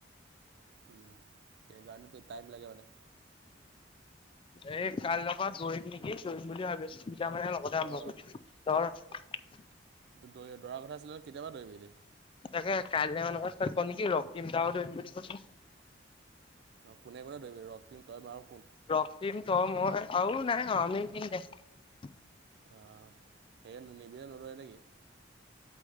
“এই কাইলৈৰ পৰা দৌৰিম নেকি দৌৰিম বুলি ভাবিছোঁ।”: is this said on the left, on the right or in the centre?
Left